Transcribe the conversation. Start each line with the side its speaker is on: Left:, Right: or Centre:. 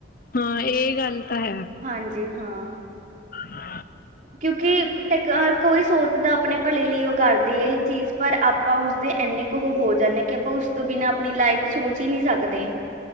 Left: ਹਾਂ ਇਹ ਗੱਲ ਤਾਂ ਹੈ
Right: ਹਾਂਜੀ ਹਾਂ
Left: ਹਾਂ
Right: ਕਿਉਂਕਿ ਇਕਵਾਰ ਕੋਈ ਸੋਚ ਜਿੱਦਾਂ ਆਪਣੇ ਭਲੇ ਲਈ ਉਹ ਕਰਦੀ ਹੈ ਇਹ ਚੀਜ਼ ਪਰ ਆਪਾਂ ਉਸਦੇ ਇੰਨੇ ਹੋ ਜਾਂਦਾ ਕਿ ਆਪਾਂ ਉਸ ਤੋਂ ਬਿਨਾ ਆਪਣੀ ਲਾਈਫ ਸੋਚ ਹੀ ਨਹੀਂੀ ਸਕਦੇ